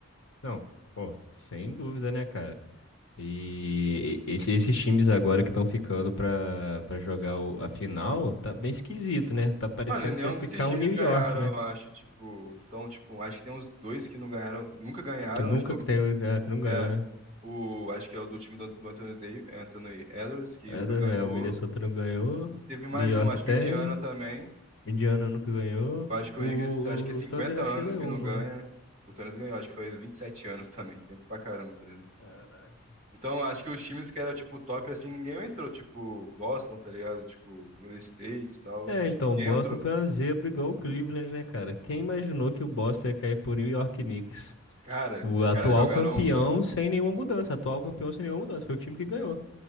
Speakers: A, on the left (about 55°); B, on the right (about 30°).
A: Não, pô, sem dúvida, né, cara? E e- esse- esses times agora que estão ficando pra, pra jogar o- a final, tá bem esquisito, né? Tá parecendo
B: Mano, nenhum
A: que vai ficar
B: desses times
A: um New
B: ganharam,
A: York, né?
B: eu acho, tipo. Então, tipo, acho que tem uns dois que não ganharam, nunca ganharam,
A: Que nunca
B: acho que é,
A: que tem, ah, que não ganhou,
B: o, é,
A: né?
B: o- acho que é o do time do, do Anthony Davis, Anthony Edwards, que
A: É,
B: nunca
A: do-
B: ganhou.
A: é, o Minnesota não ganhou,
B: Teve mais
A: New York
B: um, acho
A: tem.
B: que o Indiana também.
A: Indiana nunca ganhou.
B: Eu acho que
A: O,
B: o Knicks, acho que é 50
A: o Thunder acho
B: anos
A: que já ganhou
B: que não
A: uma,
B: ganha.
A: né?
B: O Tênis ganhou, acho que foi 27 anos também, tempo pra caramba, tá ligado?
A: Caraca.
B: Então, acho que os times que era, tipo, top, assim, ninguém entrou. Tipo, Boston, tá ligado? Tipo, Golden State e tal.
A: É,
B: Acho
A: então,
B: que
A: o
B: ninguém
A: Boston
B: entrou.
A: foi uma zebra igual o Cleveland, né, cara? Quem imaginou que o Boston ia cair pro New York Knicks?
B: Cara,
A: O
B: os
A: atual
B: caras jogaram...
A: campeão sem nenhuma mudança. Atual campeão sem nenhuma mudança. Foi o time que ganhou.